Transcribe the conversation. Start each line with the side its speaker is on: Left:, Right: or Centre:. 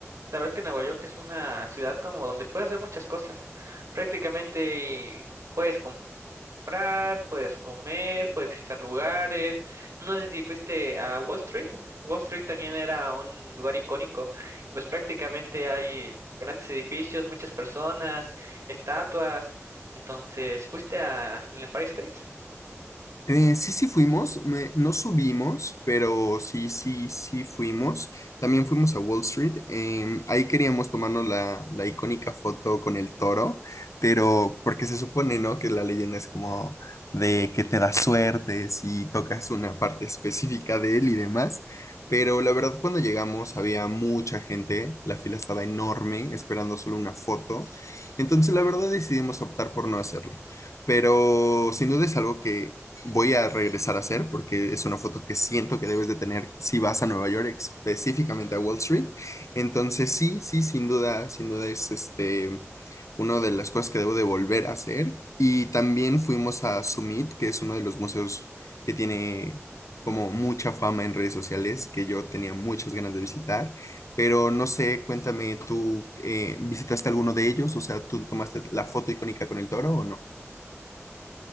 Right: verdad es que Nueva York es una ciudad como donde puedes hacer muchas cosas. Prácticamente puedes comprar comprar, puedes comer, puedes visitar lugares. No sé si fuiste a Wall Street. Wall Street también era un lugar icónico. Y pues prácticamente hay grandes edificios, muchas personas, estatuas. Entonces, ¿fuiste a el Empire State?
Left: Eh, sí, sí fuimos, me- no subimos, pero sí, sí, sí fuimos. También fuimos a Wall Street. em, ahí queríamos tomarnos la, la icónica foto con el toro, pero porque se supone, ¿no? Que la leyenda es como de que te da suerte si tocas una parte específica de él y demás. Pero la verdad, cuando llegamos había mucha gente, la fila estaba enorme, esperando solo una foto. Entonces, la verdad, decidimos optar por no hacerlo pero sin duda es algo que voy a regresar a hacer porque es una foto que siento que debes de tener si vas a Nueva York, específicamente a Wall Street. Entonces, sí, sí, sin duda, sin duda es este una de las cosas que debo de volver a hacer. Y también fuimos a Summit, que es uno de los museos que tiene como mucha fama en redes sociales, que yo tenía muchas ganas de visitar, pero no sé, cuéntame, ¿tú eh, visitaste alguno de ellos? O sea, ¿tú tomaste la foto icónica con el toro o no?